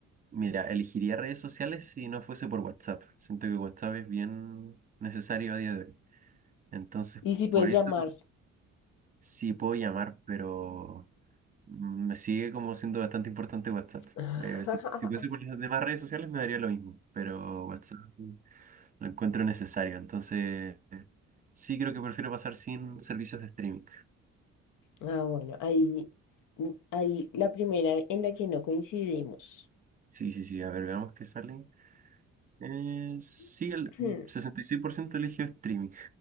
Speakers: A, on the right (about 30°); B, on the left (about 90°).
A: mira, elegiría redes sociales si no fuese por WhatsApp. Siento que WhatsApp es bien necesario a día de hoy. Entonces,
B: Y si puedes
A: por eso
B: llamar.
A: sí puedo llamar, pero Mm, Me sigue como siendo bastante importante WhatsApp.
B: <laughs>
A: Eh, si, si fuese por las demás redes sociales me daría lo mismo, pero WhatsApp lo encuentro necesario. Entonces, eh, sí creo que prefiero pasar sin servicios de streaming.
B: Ah, bueno, ahí, ahí la primera en la que no coincidimos.
A: Sí, sí, sí. A ver, veamos qué salen. Eh, sí, el
B: <laughs>
A: el 66% eligió streaming.